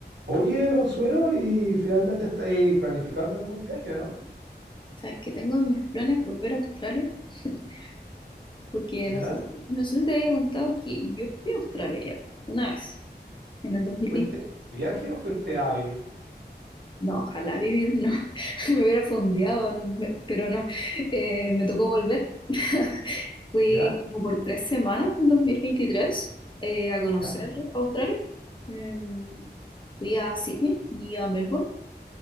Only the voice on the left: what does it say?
Sabes que tengo en mis planes volver a Australia, <laughs> porque
no sé si, no sé si te había contado que yo fui a Australia ya una vez, en el dos mil
veinte.
No, ojalá vivir, no, <laughs> me hubiera fondeado, n- pero no, eh, me tocó volver. <laughs> Fui
como por tres semanas en 2023 eh, a conocer
Australia. Em, fui a Sydney y a Melbourne.